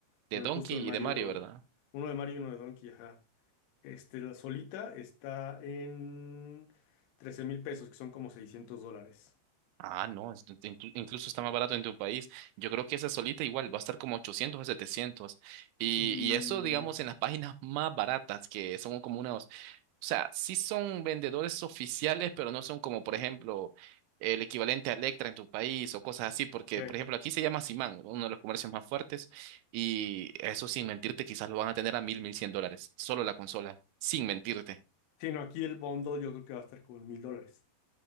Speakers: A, on the left; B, on the right.
A: con
B: de Donkey
A: justo el Mario,
B: y de Mario, ¿verdad?
A: uno de Mario y uno de Donkey, ajá. Este, la solita está en trece mil pesos, que son como 600 dólares.
B: Ah, no, es- inclu- incluso está más barato en tu país. Yo creo que esa solita igual va a estar como ochocientos a setecientos Y,
A: Y...
B: y eso, digamos, en las páginas más baratas, que son como unas O sea, sí son vendedores oficiales, pero no son como, por ejemplo, el equivalente a Electra en tu país o cosas así, porque,
A: ¿qué?
B: por ejemplo, aquí se llama Simán, uno de los comercios más fuertes, y eso sin mentirte, quizás lo van a tener a mil, mil cien dólares, solo la consola, sin mentirte.
A: Sí, no, aquí el bundle yo creo que va a estar como en mil dólares,